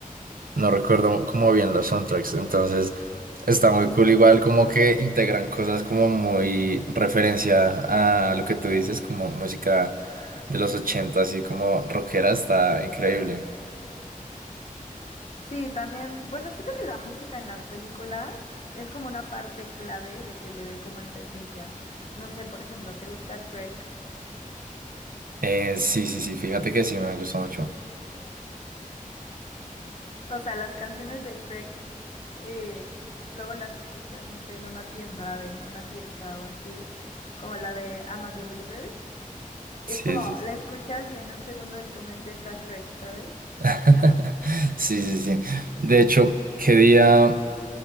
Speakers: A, on the right (about 75°); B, on the left (about 50°).
A: no recuerdo como bien los soundtracks. Entonces, está muy cool. Igual como que integran cosas como muy referencia a lo que tú dices, como música de los 80 así como rockera, está increíble.
B: Sí, también, bueno, siento que la música en las películas es como una parte clave de que le dé como esa esencia. No sé, por ejemplo, ¿te gusta Shrek?
A: Eh, sí, sí, sí, fíjate que sí, me gustó mucho.
B: O sea, las canciones de Shrek que luego las escuchas, no sé, en una tienda, en una fiesta o así, como la de I'm a Believer.
A: Sí,
B: Es como,
A: sí, sí.
B: la escuchas y en un segundo en tu mente está Shrek, ¿sabes?
A: <laughs> Sí, sí, sí. De hecho, ¿qué día?